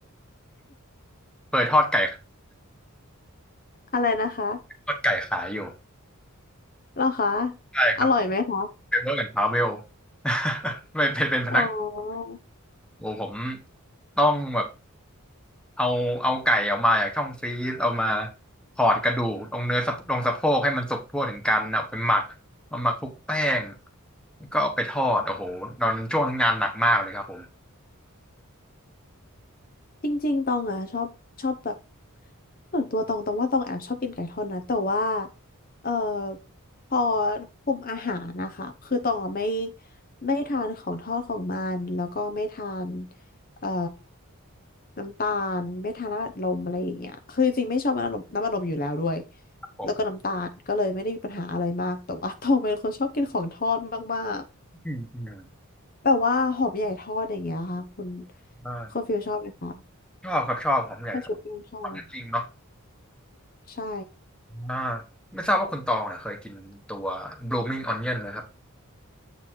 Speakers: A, in the centre; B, on the left.
A: เคยทอดไก่
B: <laughs> อะไรนะคะ
A: ทอดไก่ขายอยู่
B: เหรอคะ
A: ใช่ครับ
B: อร่อยไหมคะ
A: เป็นเวิร์กแอนด์ทราเวล <laughs> ไม่ไปเป็นพนัก
B: อ๋อ
A: โอ้ผมต้องแบบเอาเอาไก่ออกมาจากช่องฟรีซเอามาถอดกระดูกตรงเนื้อสะตรงสะโพกให้มันสุกทั่วถึงกันเอาไปหมักเอามาคลุกแป้งแล้วก็เอาไปทอดโอ้โหตอนช่วงนั้นงานหนักมากเลยครับผม
B: จริงๆตองอ่ะชอบชอบแบบส่วนตัวตองตองว่าตองแอบชอบกินไก่ทอดนะแต่ว่าเอ่อพอคุมอาหารนะคะคือตองอะไม่ไม่ทานของทอดของมันแล้วก็ไม่ทานเอ่อน้ำตาลไม่ทานน้ำอัดลมอะไรอย่างเงี้ยคือจริงๆไม่ชอบน้ำอัดลมน้ำอัดลมอยู่แล้วด้วย
A: ผม
B: แล้วก็น้ำตาลก็เลยไม่ได้มีปัญหาอะไรมากแต่ว่าตองเป็นคนชอบกินของทอดมาก
A: อืมอืม
B: ๆแบบว่าหอมใหญ่ทอดอย่างเงี้ยค่ะคุณ
A: อ่า
B: คุณฟิลชอบไหมคะ
A: ชอบครับชอบผมใหญ่ทอดทอดนั่นลิงเนาะ
B: ปลาชุบแป้งทอด ใช่
A: อ่าไม่ทราบว่าคุณตองเนี่ยเคยกินตัว blooming onion นะครับ